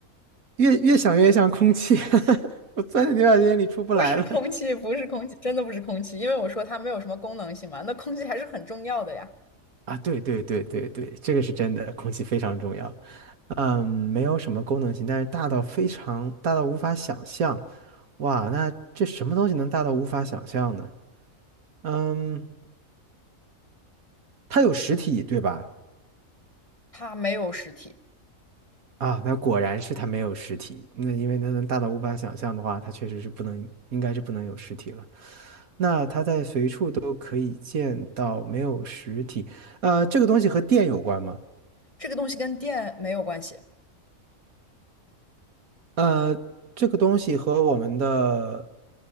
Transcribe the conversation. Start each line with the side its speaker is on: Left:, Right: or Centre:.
Right: 越越想越像空气，<laughs> 我钻在牛角尖里出不来了。
Left: 不是空气，不是空气，真的不是空气，因为我说它没有什么功能性嘛，那空气还是很重要的呀。
Right: 啊，对对对对对，这个是真的，空气非常重要。嗯，没有什么功能性，但是大到非常大到无法想象。哇，那这什么东西能大到无法想象呢？嗯，它有实体，对吧？
Left: 它没有实体，
Right: 啊，那果然是它没有实体。那因为它能大到无法想象的话，它确实是不能，应该是不能有实体了。那它在随处都可以见到，没有实体。呃，这个东西和电有关吗？
Left: 这个东西跟电没有关系，
Right: 呃，这个东西和我们的